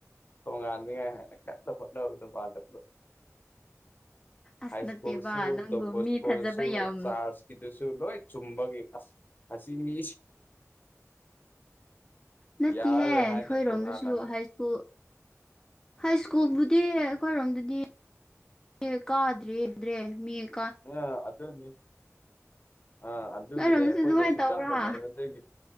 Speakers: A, on the left; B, on the left.
A: ꯊꯣꯡꯉꯥꯟꯅꯤꯡꯉꯥꯏ ꯍꯥꯏꯅ ꯀꯟꯅ ꯍꯣꯠꯅꯕꯗ ꯃꯜꯗꯗꯣ
B: ꯑꯁ
A: ꯍꯥꯏꯁꯀꯨꯜ
B: ꯅꯠꯇꯦꯕ
A: ꯁꯨ
B: ꯅꯪꯕꯨ
A: ꯇꫭꯞꯄ ꯏꯁꯀꯨꯜ
B: ꯃꯤ ꯊꯥꯖꯕ
A: ꯁꯨ
B: ꯌꯥꯝ
A: ꯆꯥꯔꯁ ꯁꯤꯗꯨꯁꯨ ꯂꯣꯏ ꯆꯨꯝꯕꯒꯤ ꯑꯁ ꯑꯁꯤ ꯃꯤ
B: ꯅꯠꯇꯦꯍꯦ
A: ꯌꯥꯔꯔꯣꯏ
B: ꯑꯩꯈꯣꯏꯔꯣꯝꯗꯁꯨ
A: ꯍꯥꯏꯅ ꯇꯣꯉꯥꯟꯅ
B: ꯍꯥꯏꯁ꯭ꯀꯨꯜ ꯍꯥꯏ ꯁ꯭ꯀꯨꯜꯕꯨꯗꯤ ꯑꯩꯈꯣꯏꯔꯣꯝꯗꯗꯤ ꯌꯦ ꯀꯥꯗ꯭ꯔꯦ ꯗ꯭ꯔꯦ ꯃꯌꯦꯛ
A: <unintelligible> ꯑꯗꯨꯅꯤ ꯑꯥ ꯑꯗꯨꯒꯤꯅꯦ
B: ꯅꯣꯏꯔꯣꯝꯗꯁꯨ
A: ꯑꯩꯈꯣꯏꯗꯁꯨ
B: ꯑꯗꯨꯃꯥꯏꯅ ꯇꯧꯕ꯭ꯔꯥ
A: ꯆꯞꯄꯅꯦꯕ ꯑꯗꯒꯤ